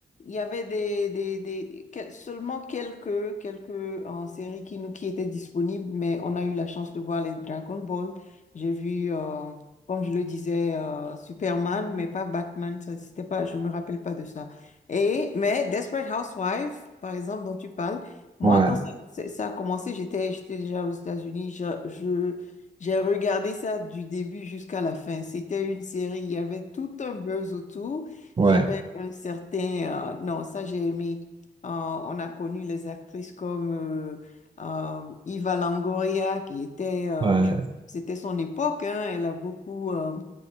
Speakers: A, on the left; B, on the right.
A: il y avait des, des, des- quel- seulement quelques, quelques euh, séries qui, nous, qui étaient disponibles, mais on a eu la chance de voir les Dragon Ball. J'ai vu, euh, comme je le disais, euh, Superman, mais pas Batman, ça, c'était pas, je me rappelle pas de ça. Et, mais Desperate Housewives, par exemple, dont tu parles, moi,
B: ouais,
A: quand c'est- Ça a commencé, j'étais, j'étais déjà aux États-Unis. Je, je- j'ai regardé ça du début jusqu'à la fin. C'était une série, il y avait tout un buzz autour.
B: ouais,
A: Il y avait un certain... euh, non, ça j'ai aimé. Euh, on a connu les actrices comme euh, euh, Eva Longoria, qui était... euh,
B: ouais.
A: je- c'était son époque, hein, elle a beaucoup... euh,